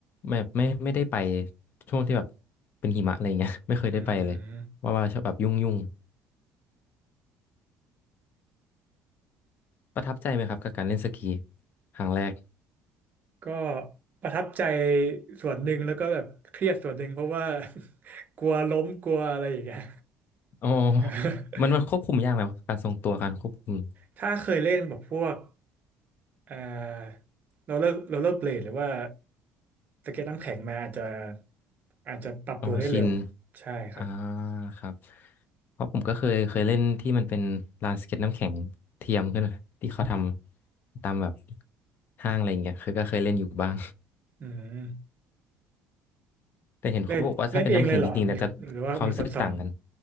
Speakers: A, on the left; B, on the right.
A: แบบไม่ไม่ได้ไปช่วงที่แบบเป็นหิมะอะไรเงี้ย <laughs> ไม่เคยได้ไปเลยว่าว่าชอบแบบยุ่งยุ่ง
B: อืม
A: ประทับใจไหมครับกับการเล่นสกีครั้งแรก
B: ก็ประทับใจส่วนหนึ่งแล้วก็แบบเครียดส่วนหนึ่งเพราะว่า <laughs> กลัวล้มกลัวอะไรอย่างเงี้ย
A: อ๋อ
B: <laughs>
A: มันมันควบคุมยากไหมการทรงตัวการควบคุม
B: ถ้าเคยเล่นแบบพวกเอ่อโรลเลอร์โรลเลอร์เบลดหรือว่าสเก็ตน้ำแข็งมาอาจจะอาจจะปรับตัวได้เร็ว
A: อ๋อชิน
B: ใช่ครับ
A: อ่าครับเพราะผมก็เคยเคยเล่นที่มันเป็นลานสเก็ตน้ำแข็งเทียมขึ้นมาที่เขาทำตามแบบห้างอะไรอย่างเงี้ยเคยก็เคยเล่นอยู่บ้าง
B: อืม
A: <laughs> แต่เห็นเขาบอกว่าถ้าเป็นน้ำแข็งจริงๆเนี่ยจะความรู้สึกต่างกัน
B: เล่นเล่นเองเลยเหรอมีหรือว่ามีคนสอน